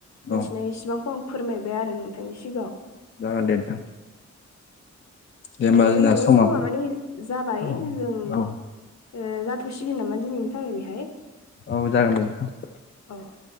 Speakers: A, on the left (about 40°); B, on the left (about 65°).
A: औ
B: मिथिनायसेबांखौ आं फोरमायबाय आरो नोंथांनि सिगाङाव‌।
A: जागोन दे नोंथां दे होमबा
B: नै
A: जोंना
B: जोंनाबो
A: समाबो
B: समा माने जाबाय
A: औ
B: जों
A: औ
B: ओ जाथ'सिगोन नामा दिनैनि थाखाय बेहाय?
A: औ जागोन दे नोंथां
B: औ